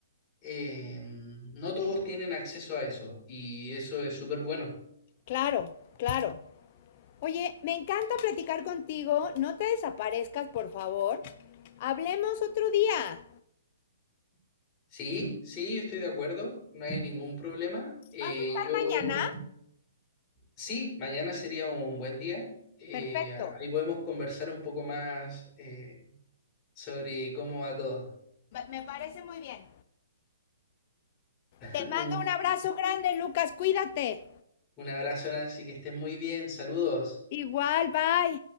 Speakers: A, on the left; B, on the left.
A: eh, no todos tienen acceso a eso y eso es súper bueno.
B: Claro, claro. Oye, me encanta platicar contigo. No te desaparezcas, por favor. Hablemos otro día.
A: Sí, sí, yo estoy de acuerdo, no hay ningún problema. Eh,
B: ¿Vas a estar
A: yo,
B: mañana?
A: sí, mañana sería un buen día. Eh,
B: Perfecto.
A: ahí podemos conversar un poco más. eh, sobre cómo va todo.
B: Me parece muy bien.
A: <laughs>
B: Te mando
A: Un,
B: un abrazo grande, Lucas, cuídate.
A: un abrazo, Nancy, que estés muy bien. Saludos.
B: Igual, bye.